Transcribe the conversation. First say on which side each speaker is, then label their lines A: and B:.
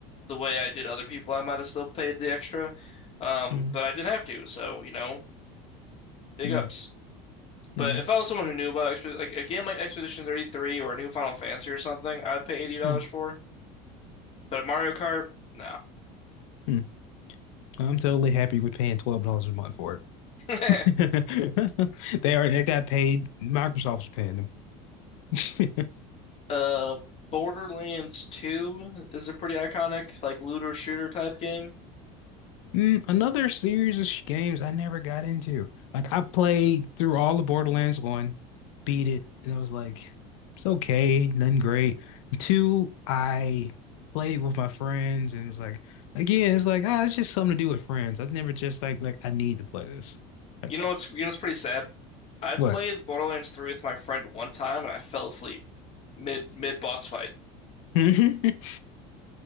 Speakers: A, on the left; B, on the left.
A: the way I did other people, I might have still paid the extra. Um,
B: Mm,
A: but I didn't have to, so you know, big
B: mm,
A: ups. But
B: mm,
A: if I was someone who knew about Exped like a game like Expedition 33 or a new Final Fantasy or something, I'd pay $80
B: mm,
A: for. But Mario Kart, no.
B: mm. I'm totally happy with paying $12 a month for it.
A: <laughs>
B: <laughs> They are they got paid. Microsoft's paying them. <laughs>
A: Uh, Borderlands 2 is a pretty iconic, like looter shooter type game.
B: Mm, another series of sh- games I never got into. Like I played through all the Borderlands one, beat it, and I was like, it's okay, nothing great. Two, I played with my friends, and it's like, again, it's like, ah, it's just something to do with friends. I was never just like, like I need to play this. Like
A: You know what's you know what's pretty sad? I played
B: what?
A: Borderlands 3 with my friend one time and I fell asleep mid mid boss fight.
B: <laughs> Dude,